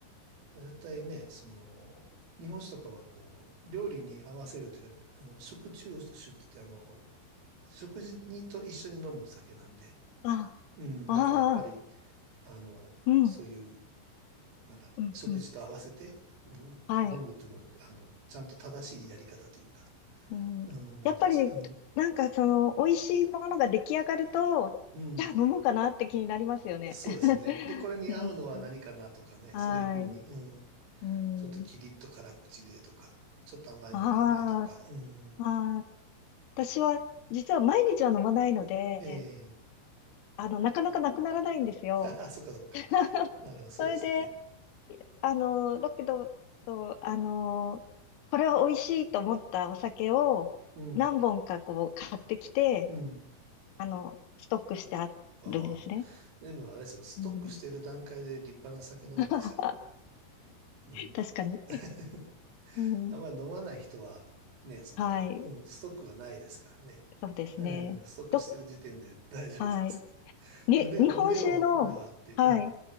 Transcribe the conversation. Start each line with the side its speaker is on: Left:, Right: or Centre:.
Right: 絶対ね、その、日本酒とかはこう、料理に合わせるというか、あの、食中酒って言って、あの、食事にと一緒に飲む酒なんで、
Left: あ、
Right: うん、
Left: ああ、
Right: だからやっぱり、あの、
Left: うん。
Right: そういう、なんだ、
Left: うん、
Right: 食事と合わせて、
Left: うん。
Right: うん、
Left: はい。
Right: 飲むっていうのは、あの、ちゃんと正しいやり方というか、
Left: うん。
Right: うん、なんで、
Left: やっぱり、
Right: ち、うん、
Left: なんかその、美味しいものが出来上がると、
Right: うん、
Left: じゃあ飲もうかなって気になりますよね。
Right: そうですよね。
Left: <laughs>
Right: で、これに合うのは何かなとかね、
Left: うん。はい。
Right: そういうふうに、うん、
Left: うん。
Right: ちょっとキリッと辛口でとか、ちょっと甘いのがいいなとか、
Left: ああ、
Right: うん、
Left: ああ、私は、実は毎日は飲まないので、
Right: ええ
Left: あの、なかなかなくならないんですよ。
Right: あそっかそっか。
Left: <laughs>
Right: なるほど、そうですよね。
Left: それで、あの、だけど、そうあの、これは美味しいと思ったお酒を何本かこう買ってきて、
Right: うん、うん。
Left: あの、ストックしてあるんですね。
Right: ああ、でもあれですよ、ストックしてる段階で立派な酒飲みですよ。
Left: うん、<laughs>
Right: うん。
Left: 確かに。
Right: <laughs>
Left: うん、
Right: あんまり飲まない人は、ね、その、
Left: はい。
Right: うん、ストックがないですからね。
Left: そうですね。
Right: うん、ストックしてる時点で大丈夫です。
Left: ど、はい。
Right: <laughs>
Left: に、
Right: 胸を、
Left: 日本酒の、
Right: 胸を、胸を張って、
Left: はい。
Right: うん。